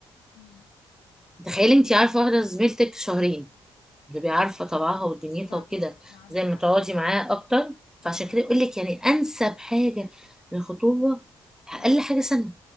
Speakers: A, on the left; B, in the centre.
A: امم
B: تخيلي انت عارفه واحده زميلتك شهرين بتبقي عارفه طبعها ودنيتها
A: ده
B: وكده
A: طبعا لا عندك
B: زي ما
A: حق
B: تقعدي
A: فعلا
B: معاها اكتر فعشان
A: لا عندك
B: كده يقول
A: حق
B: لك يعني انسب حاجه للخطوبه
A: الوقت
B: اقل حاجه سنه